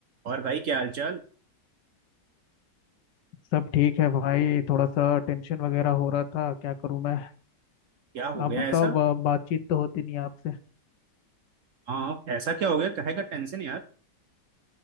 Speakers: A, on the right (about 60°); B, on the left (about 75°).
A: और भाई क्या हालचाल
B: सब ठीक है भाई थोड़ा सा टेंशन वगैरह हो रहा था क्या करूं मैं
A: क्या हो
B: आप
A: गया
B: बताओ
A: ऐसा
B: बा- बातचीत तो होती नहीं आपसे
A: हाँ ऐसा क्या हो गया काहे का टेंशन यार